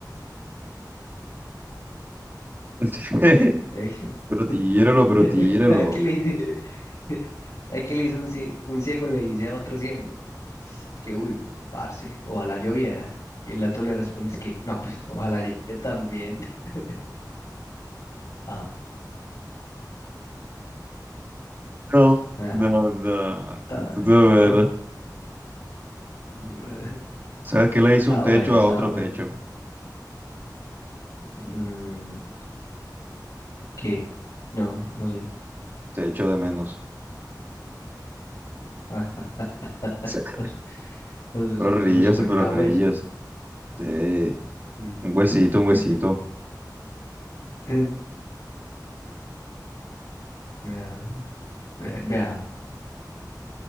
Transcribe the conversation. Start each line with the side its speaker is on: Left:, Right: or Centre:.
Right: <laughs>
Left: Ey.
Right: Pero tíralo, pero
Left: <laughs>
Right: tíralo.
Left: ¿Sabe qué le dice? <laughs> ¿Sabe qué le dice un ciego? Un ciego le dice a otro ciego. Es que, uy, parce, ojalá lloviera. Y el otro le responde, es que, no, pues, ojalá yo yo también. <laughs> Ah,
Right: No,
Left: ah,
Right: no, no.
Left: está,
Right: Estuvo
Left: está
Right: bueno.
Left: bueno. Mm,
Right: ¿Sabes qué le hizo
Left: Está
Right: un techo
Left: bueno, está
Right: a otro
Left: bueno.
Right: techo?
Left: Mm, ¿Qué? No, no sé.
Right: Techo de menos.
Left: Ah, <laughs>
Right: <laughs>
Left: Esos, esos,
Right: Pero
Left: esos
Right: ríase,
Left: cuentahuesos.
Right: pero ríase. Sí,
Left: Mm.
Right: un huesito, un
Left: <laughs>
Right: huesito.
Left: Del- ah, <clears throat> ve- Vea,